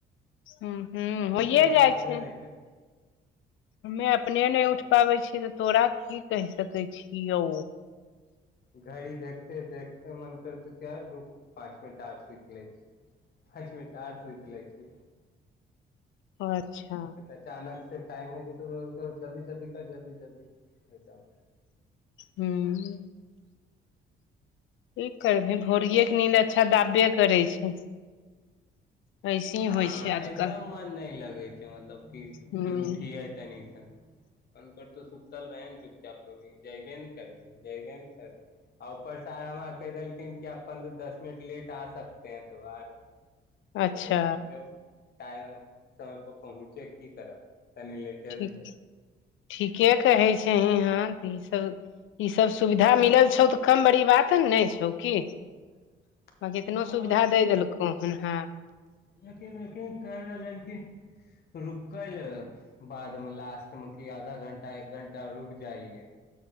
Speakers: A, on the left (about 80°); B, on the left (about 55°).
A: हूँ हूँ होइए
B: उठैके
A: जाइ
B: मोने
A: छै
B: नहि कर
A: हमे अपने नहि
B: हाँ,
A: उठि पाबै छियै तऽ तोरा की कहि सकैत छिय यौ
B: घड़ी देखते देखते मन कर तौ कि पाँच मिनट आर सुईत लैछी पाँच नट आर सुंत लै छी
A: अच्छा
B: अचानक टाइम हो जेतौ त जल्दी जल्दी कर जल्दी जल्दी एकदम
A: हूँ कि करबही भोरिये के नीन्द अच्छा दाबे करै छै ऐसे ही
B: हँ
A: होइ छै आजकल
B: एकदम मन नय लगै छै मतलब कि
A: हूँ
B: उठिय तनिस मनकरतो सुखतल रहै ने चुपचापी जयबेन नै करबे जयबेन नै करबे आ ऊपरसँ आर हमरा कहि देलखिन कि आ पन्द्रह दस मिनट लेट आ सकते हैं तो आर एगो
A: अच्छा
B: होई छै कि जो टाइम समय पर पहुँचे की करब तनी लेटेस्ट
A: ठीक
B: जो
A: ठीके कहै छै हहाँ तऽ ईसभ ई सब सुविधा मिलल छौ तऽ कम बड़ी बात नहि छौ की
B: <inaudible>
A: बाकि एतनो
B: हँ
A: सुविधा द देलकौ हन हँ
B: यकीन रखियौ काहि रहलैन की रुकले बाद मे लास्ट मेक आधा घंटा एक घंटा रुक जाइ ये